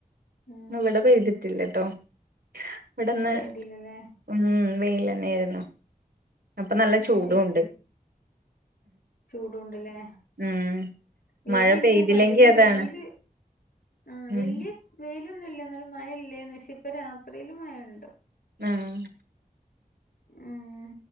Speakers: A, on the left (about 75°); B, on the right (about 85°).
A: ഉം
B: ഇവിടെ പെയ്തിട്ടില്ലട്ടോ ഇവിടെന്ന്
A: ഇന്ന് പെയ്തില്ലല്ലേ
B: ഉം വെയിലെന്നായിരുന്നു അപ്പൊ നല്ല
A: അത്
B: ചൂടു
A: ശരി
B: ഉണ്ട്
A: ചൂടുണ്ട്ല്ലേ
B: ഉം
A: ഇവിടെ
B: മഴ
A: ഇന്ന്
B: പെയ്തില്ലെങ്കി
A: പകല്
B: അതാണ്
A: വെയില് ആഹ്
B: ഉം
A: വല്യ വെയിലൊന്നുല്ല എന്നാലും മഴ ഇല്ലേന്നു പക്ഷെ ഇപ്പം രാത്രിയില് മഴണ്ട്
B: ഉം
A: ഉം